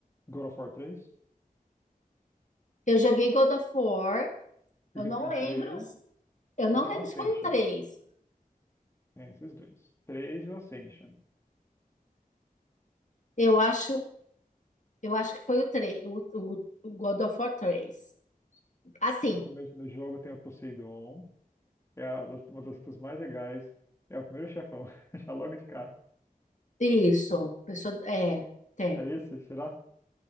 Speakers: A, on the left (about 20°); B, on the left (about 55°).
A: God of War 3?
B: Eu joguei God of War,
A: Porque
B: eu não
A: tem
B: lembro,
A: o 3
B: se- eu não
A: e tem
B: lembro
A: o Ascension.
B: se foi o 3.
A: Tem esses dois. 3 e o Ascension.
B: Eu acho, eu acho que foi o 3. o, o- o God of War três. Assim,
A: Que no começo do jogo tem o Poseidon. É a- uma das lutas mais legais. É o primeiro chefão. <laughs> Já logo de cara.
B: isso, pessoa, é, tem.
A: É esse? Será?